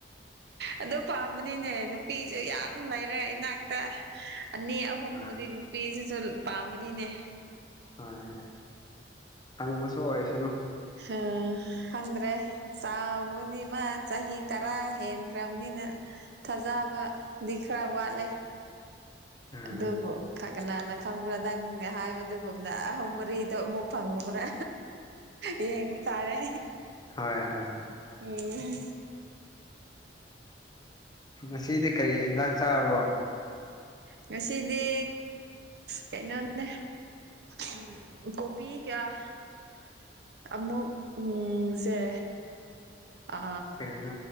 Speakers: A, on the right; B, on the left.
A: ꯑꯗꯨ ꯄꯥꯝꯕꯅꯤꯅꯦ ꯅꯨꯄꯤꯁꯨ ꯌꯥꯝ ꯂꯩꯔꯦ ꯏꯅꯥꯛꯇ ꯑꯅꯤ ꯑꯍꯨꯝꯕꯨꯗꯤ
B: ꯑ
A: ꯅꯨꯄꯤꯁꯤꯁꯨ ꯄꯥꯝꯕꯅꯤꯅꯦ
B: ꯍꯣꯏ ꯍꯣꯏ ꯍꯪꯕꯁꯨ ꯑꯣꯏꯁꯅꯨ
A: ꯑ ꯈꯪꯗ꯭ꯔꯦ ꯆꯥꯎꯕꯅꯤ ꯃꯥ ꯆꯍꯤ ꯇꯔꯥ ꯍꯦꯟꯈ꯭ꯔꯕꯅꯤ ꯑꯩꯅ ꯊꯥꯖꯕꯗꯤ ꯈꯔ ꯋꯥꯠꯂꯦ
B: ꯎꯝ
A: ꯑꯗꯨꯕꯨ ꯀꯅꯥꯅ ꯈꯪꯕ꯭ꯔꯥ ꯅꯪ ꯍꯥꯏꯕꯗꯨꯒꯨꯝꯅ ꯑꯍꯨꯝ ꯃꯔꯤꯗꯣ ꯑꯃꯨꯛ ꯐꯪꯕ꯭ꯔꯥ ꯌꯦꯡꯕ ꯇꯥꯔꯦ
B: ꯍꯣꯏ ꯍꯣꯏ
A: ꯎꯝ
B: ꯉꯁꯤꯗꯤ ꯀꯔꯤ ꯍꯤꯟꯖꯥꯛ ꯆꯥꯔꯣ
A: ꯉꯁꯤꯗꯤ ꯀꯩꯅꯣꯅꯦ ꯎꯝ ꯀꯣꯕꯤ ꯀꯌꯥ ꯃꯛ ꯎꯝꯁꯦ ꯑ
B: ꯀꯔꯤꯅꯣ